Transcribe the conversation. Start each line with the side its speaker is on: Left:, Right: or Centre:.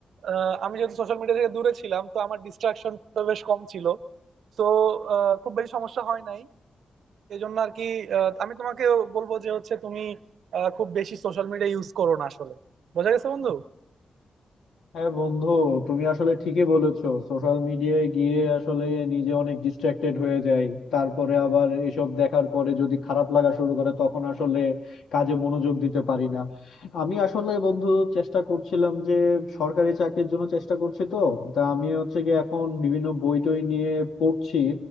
Right: আহ, আমি যেহেতু সোশ্যাল মিডিয়া থেকে দূরে ছিলাম তো আমার ডিস্ট্রাকশনটা বেশ কম ছিল তো আহ, খুব বেশি সমস্যা হয় নাই এই জন্য আর কি আহ, আমি তোমাকে বলবো যে হচ্ছে তুমি আহ, খুব বেশি সোশ্যাল মিডিয়া ইউজ করো না আসলে বোঝা গেছে বন্ধু
Left: হ্যাঁ বন্ধু তুমি আসলে ঠিকই বলেছো সোশ্যাল মিডিয়ায় গিয়ে আসলে নিজে অনেক ডিস্ট্রাক্টেড হয়ে যায় তারপরে আবার এসব দেখার পরে যদি খারাপ লাগা শুরু করে তখন আসলে কাজে মনোযোগ দিতে পারি না আমি আসলে বন্ধু চেষ্টা করছিলাম যে সরকারি চাকরির জন্য চেষ্টা করছি তো তা আমি হচ্ছে গিয়ে এখন বিভিন্ন বই টই নিয়ে পড়ছি